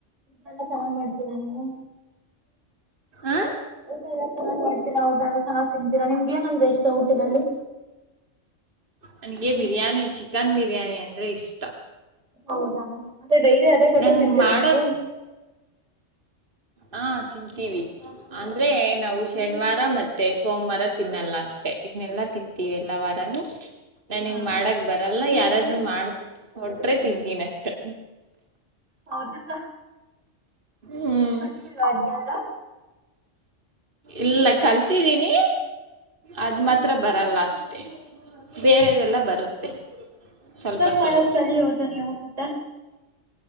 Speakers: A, on the right; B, on the right.
A: ಎಲ್ಲ ಚೆನ್ನಾಗ್ ಮಾಡ್ತರ ನೀವು
B: ಆ
A: ಊಟ ಎಲ್ಲ ಚೆನ್ನಾಗ್ ಮಾಡ್ತೀರಾ ಊಟ ಎಲ್ಲ ಚೆನ್ನಾಗ್ ತಿಂತೀರಾ ನಿಮ್ಗೆ ಏನಂದ್ರೆ ಇಷ್ಟ ಊಟದಲ್ಲಿ
B: ನನ್ಗೆ ಬಿರಿಯಾನಿ ಚಿಕನ್ ಬಿರಿಯಾನಿ ಅಂದ್ರೆ ಇಷ್ಟ
A: ಹೌದಾ ಅಂದೆ ಡೈಲಿ ಅದೇ ಕೊಟ್ಟರು
B: ನನ್ಗ್
A: ತಿಂತೀರಾ
B: ಮಾಡಕ್
A: ನೀವು
B: ಹ ತಿಂತೀವಿ ಅಂದ್ರೆ ನಾವುಷ ಶನಿವಾರ ಮತ್ತೆ ಸೋಮವಾರ ತಿನ್ನಲ್ಲ ಅಷ್ಟೆ ಇದನ್ನೆಲ್ಲಾ ತಿಂತೀವಿ ಎಲ್ಲ ವಾರನು ನನ್ಿಂಗ
A: ಹಾ
B: ಮಾಡಕ್ ಬರಲ್ಲನ ಯಾರಾದ್ರರು ಮಾಡ ಕೊಟ್ರೆ ತಿಂತೀನಿ ಅಷ್ಟೆ
A: ಹೌದಾ
B: ಹ್ಮ್.
A: ನೀವು ಕಲ್ತಿಲ್ವಾ ಅಡಿಗೆಯಲ್ಲ
B: ಇಲ್ಲ ಕಲ್ತಿದ್ದೀನಿ ಅದ ಮಾತ್ರ ಬರಲ್ಲ ಅಷ್ಟೆ ಬೇರೆದೆಲ್ಲ
A: ಹೌದಾ
B: ಬರುತ್ತೆ ಸ್ವಲ್ಪ
A: ಅದನ್
B: ಸ್ವಲ್ಪ
A: ಮಾಡಕ್ ಕಲಿಯೋದು ನೀವು ಮತ್ತೆ